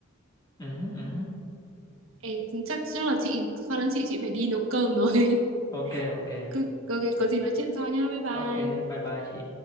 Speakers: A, on the left; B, on the right.
A: ừ ừ
B: Ê, chắc chắc là chị con nói chị chị phải đi nấu cơm rồi
A: ok ok
B: <laughs> có, có, có gì nói chuyện sau nhá bye bye
A: ok bye bye chị